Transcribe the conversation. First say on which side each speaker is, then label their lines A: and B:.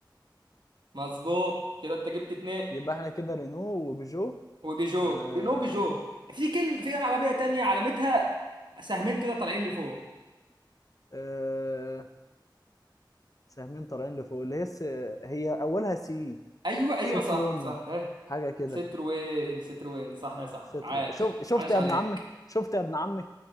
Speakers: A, on the right; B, on the left.
A: مظبوط كده انت جبت اتنين
B: يبقى احنا كده رينو وبيجو
A: وبيجو
B: آه،
A: رينو بيجو في كلمة في عربية تانية علامتها سهمين كده طالعين لفوق
B: آه، سهمين طالعين لفوق اللي هي س... هي اولها سي
A: ايوه ايوه
B: سترون
A: صح صح ها
B: حاجه كده
A: ستروين ستروين صح
B: اه
A: يا صاحبي
B: سترون
A: عاش
B: شوف شفت
A: عاش
B: يا
A: عليك
B: ابن عمي شفت يا ابن عمي